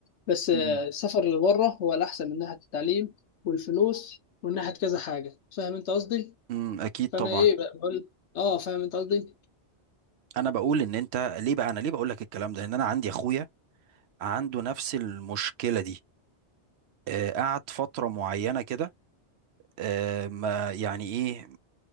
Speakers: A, on the left; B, on the right.
A: بس السفر
B: امم
A: اللي بره هو الأحسن من ناحية التعليم والفلوس ومن ناحية كذا حاجة فاهم أنت قصدي؟
B: أمم، اكيد
A: فأنا
B: طبعا
A: إيه بقى بقول أه فاهم أنت قصدي؟
B: انا بقول ان انت ليه بقى انا ليه بقول لك الكلام ده لان انا عندي اخويا عنده نفس المشكله دي آه قعد فتره معينه كده آه ما يعني ايه